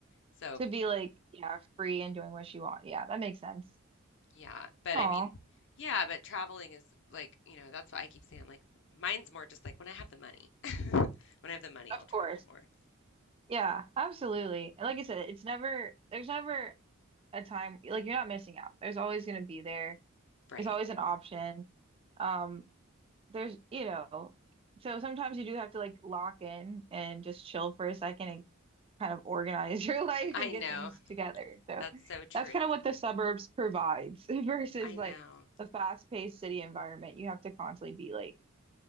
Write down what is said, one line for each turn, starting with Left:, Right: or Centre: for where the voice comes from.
Left: So,
Right: To be like, yeah, free and doing what you want. Yeah. That makes sense.
Left: yeah, but
Right: Oh,
Left: I mean yeah, but traveling is like, you know, that's what I keep saying like mine's more just like when I have the money. <laughs> When I have the money,
Right: of
Left: I'll travel
Right: course.
Left: more.
Right: Yeah, absolutely. And Like I said, it's never, there's never a time like you're not missing out. There's always going to be there.
Left: Right.
Right: There's always an option. Um, there's, you know, so sometimes you do have to like lock in and just chill for a second and kind of organize <laughs> your life
Left: I
Right: and get
Left: know.
Right: things together. So
Left: That's so true.
Right: that's kind of what the suburbs provides <laughs> versus
Left: I know.
Right: like the fast-paced city environment. You have to constantly be like,